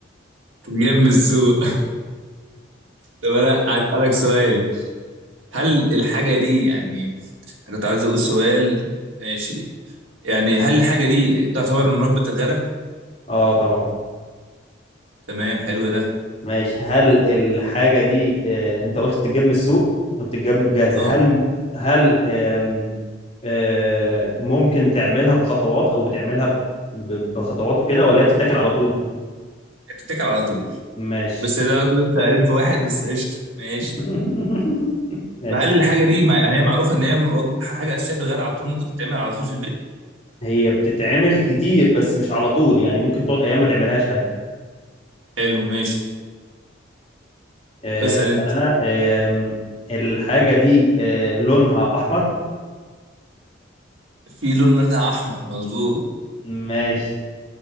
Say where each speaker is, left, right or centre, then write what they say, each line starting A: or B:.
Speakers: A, on the right; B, on the left.
A: <laughs> جنب السوق طب انا هسالك سؤال هل الحاجه دي يعني أنا كنت عايز اقول سؤال ماشي يعني هل الحاجه دي تعتبر من وجبه الغداء
B: اه طبعا
A: تمام حلو ده
B: ماشي هل الحاجة دي آه، أنت قلت بتتجاب من السوق وبتتجاب جاهزة
A: اه
B: هل هل آم، آه، ممكن تعملها بخطوات أو بتعملها ب- ب- بخطوات وكده ولا هي بتتاكل على طول؟
A: بتتاكل على طول
B: ماشي
A: بس ده انت قليل في واحد بس قشطه ماشي
B: <laughs> ماشي
A: طب هل الحاجه دي مع... يعني هي معروفه ان هي وجبة- حاجه اساسيه في الغداء على طول ممكن تتعمل على طول في البيت
B: هي بتتعمل كتير بس مش على طول يعني ممكن تقعد ايام ما تعملهاش عادي
A: حلو ماشي
B: آه،
A: اسال
B: هسأل
A: انت
B: انا آم، الحاجة دي آه، لونها احمر
A: في لون منها احمر مظبوط
B: ماشي